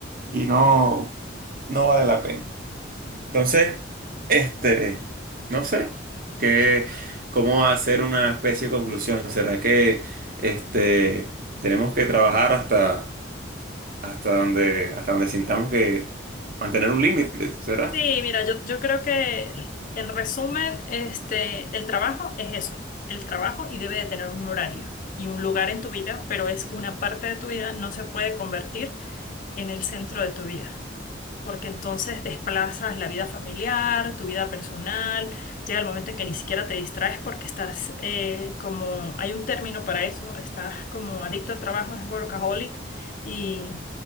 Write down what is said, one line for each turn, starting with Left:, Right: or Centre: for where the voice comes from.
Right: y no, no vale la pena. Entonces, este, no sé, qué, cómo hacer una especie de conclusión. ¿Será que este, tenemos que trabajar hasta, hasta donde, hasta donde sintamos que mantener un límite? ¿Será?
Left: Sí, mira, yo, yo creo que en resumen, este, el trabajo es eso, el trabajo y debe de tener un horario y un lugar en tu vida, pero es una parte de tu vida, no se puede convertir en el centro de tu vida porque entonces desplazas la vida familiar, tu vida personal, llega el momento en que ni siquiera te distraes porque estás eh, como, hay un término para eso, estás como adicto al trabajo, es workaholic, y,